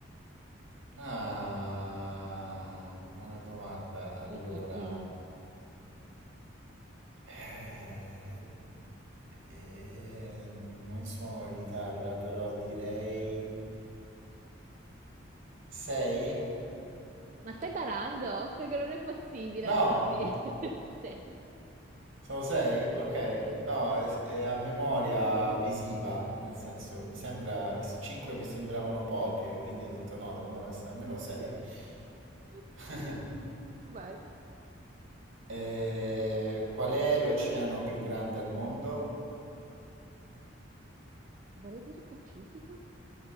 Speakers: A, on the right; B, on the right.
A: Ah, buona domanda. Allora,
B: Mm, mm, mm.
A: eh, eh, non suono la chitarra, però direi... Sei?
B: Ma stai barando? Perché non è possibile.
A: No,
B: Sì. <laughs> Sei.
A: sono sei? Ok, no, è, è a memoria
B: <laughs>
A: visiva, nel senso mi sembra, 5 mi sembravano poche, quindi ho detto no, devono essere almeno
B: Ok,
A: sei. <laughs>
B: ok, vai.
A: Eh, qual è l'oceano più grande al mondo?
B: Vorrei dire Pacifico?